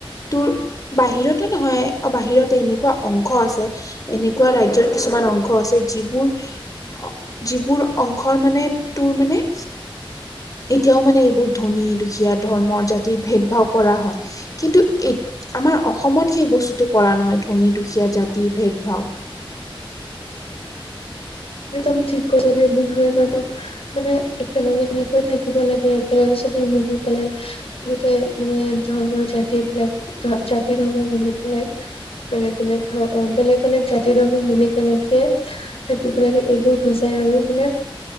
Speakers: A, on the left; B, on the left.
A: তোৰ বাহিৰতো নহয় অ বাহিৰতে এনেকুৱা অংশ আছে এনেকুৱা ৰাইজৰ কিছুমান অংশ আছে যিবোৰ অ যিবোৰ অংশৰ মানে তোৰ মানে এতিয়াও মানে এইবোৰ ধনী, দুখীয়া, ধৰ্ম, জাতিৰ ভেদ ভাৱ কৰা হয় কিন্তু এ আমাৰ অসমত সেই বস্তুটো কৰা নহয় ধনী, দুখীয়া, জাতি ভেদ-ভাও
B: একদম ঠিক কৈছা দে বিহুৱে মানুহক মানে একেলগে কেনেকৈ থাকিব লাগে একেলগে সবে মিলি পেলাই গোটেই মানে ধৰ্মৰ জাতি বিলাক ধৰা জাতি ধৰ্ম মিলি পেলাই বেলেগ বেলেগ ধৰ অ বেলেগ বেলেগ জাতি ধৰ্ম মিলি তেনেকে থাকিব একেলগে এইবোৰ বুজাই আৰু মানে